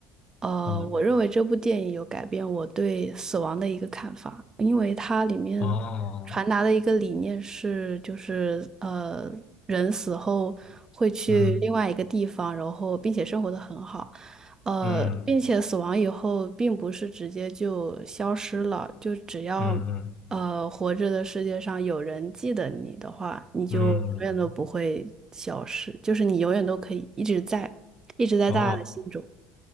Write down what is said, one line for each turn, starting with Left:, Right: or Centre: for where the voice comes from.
Right: 呃，
Left: 嗯，
Right: 我认为这部电影有改变我对死亡的一个看法，因为它里面传达的一个理念是，
Left: 哦，
Right: 就是呃，人死后会去另外一个地方，
Left: 嗯
Right: 然后并且生活的很好。呃，
Left: 嗯
Right: 并且死亡以后并不是直接就消失了，就只要
Left: 嗯嗯
Right: 呃，活着的世界上有人记得你的话，你就永远都不会消失，
Left: 嗯，
Right: 就是你永远都可以一直在，一直在大家的心中。
Left: 啊，